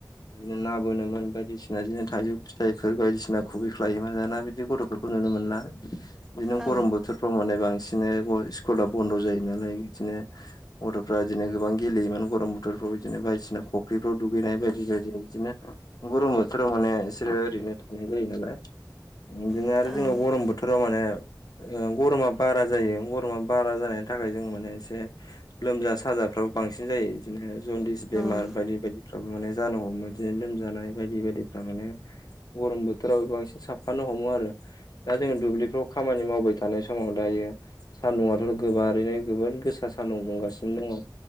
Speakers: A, on the left; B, in the centre.
A: बिदिनो ना बोनोमोन बायदिसिना बिदिनो थाइजौ फिथाइफोर बायदिसिना खुबै ख्लायोमोन दाना बिदि गथ'फोरखौ नुनो मोनला बिदिनो
B: औ
A: गरम बोथोरफ्राव माने बांसिन बिदिनो स्कुला बन्द' जायो नालाय बिदिनो गथ'फ्रा इदिनो गोबां गेलेयोमोन गरम बोथोरफ्राव बिदिनो बायदिसिना फख ख्रिफ्राव दुगैनाय बायदि बायदि बिदिनो उ गरम बोथोराव माने इसोरो ओरैनो थानाय जायो नालाय। इदिनो
B: औ
A: आरो जोङो गरम बोथोराव माने ओ गरमा बारा जायो गरमा बारा जानायनि थाखाय जों माने एसे लोमजा साजाफ्राबो बांसिन जायो इदिनो जन्दिस बेमार
B: औ
A: बादि फ्राबो माने जानो हमो इदिनो लोमजानाय बायदि बायदिफ्रा माने गरम बोथोराव बांसिन साबफानो हमो आरो। दा जोङो दुब्लिफ्राव खामानि मावबाय थानाय समाव दायो सान्दुआथ' गोबारैनो गोबोर गोसा सान्दुं दुंगासिनो दङ।